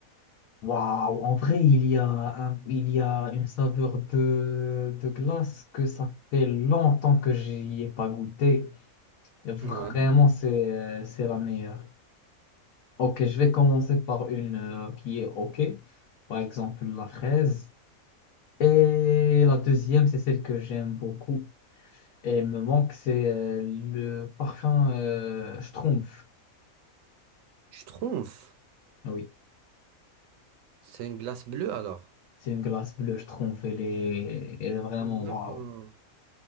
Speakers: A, on the left; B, on the right.
A: waouh, en vrai, il y a un- il y a une saveur de, de glace que ça fait longtemps que j'y ai pas goûté. Vraiment,
B: Ouais.
A: c'est, c'est la meilleure. Ok, je vais commencer par une euh, qui est ok. Par exemple, la fraise. Et la deuxième, c'est celle que j'aime beaucoup. Et elle me manque, c'est euh, le parfum euh, Schtroumpf.
B: Schtroumpf,
A: Ah Oui,
B: c'est une glace bleue alors.
A: c'est une glace bleue Schtroumpf. Elle est, elle est vraiment
B: D'accord,
A: waouh.